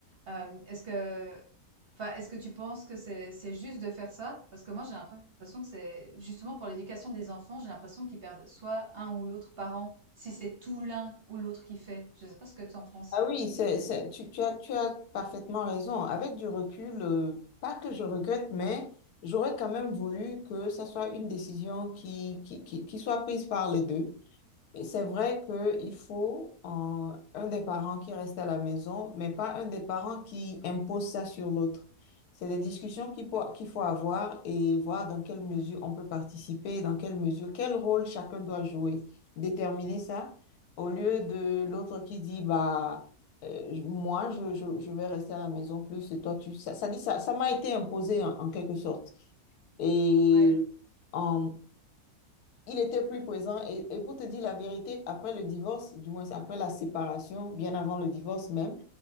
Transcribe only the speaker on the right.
Euh, est-ce que, enfin, est-ce que tu penses que c'est c'est juste de faire ça? Parce que moi, j'ai l'impression que c'est justement pour l'éducation des enfants, j'ai l'impression qu'ils perdent soit un ou l'autre parent, si c'est tout l'un ou l'autre qui fait. Je sais pas ce que tu en penses.
Ouais.